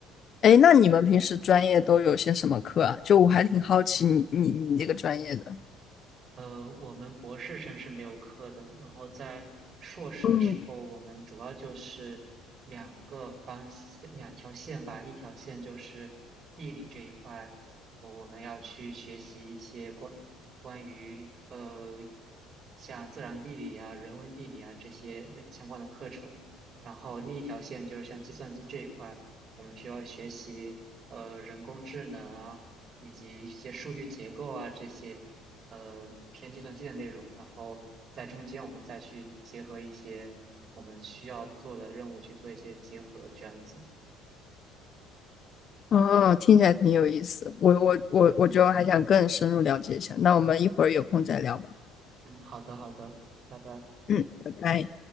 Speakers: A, on the left; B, on the right.
A: 哎，那你们平时专业都有些什么课啊？就我还挺好奇你你你这个专业的。
B: 呃，我们博士生是没有课的，然后在硕士的时候，
A: 嗯，
B: 我们主要就是两个方向，两条线吧，一条线就是地理这一块，我我们要去学习一些关关于呃像自然地理啊、人文地理啊这些内相关的课程，然后另一条线就是像计算机这一块，我们需要学习呃人工智能啊，以及一些数据结构啊这些。呃偏计算机的内容，然后在中间我们再去结合一些我们需要做的任务去做一些结合，这样子。
A: 哦，听起来挺有意思。我我我我就还想更深入了解一下。那我们一会儿有空再聊吧。
B: 嗯，好的，好的，拜拜。
A: 嗯，拜拜。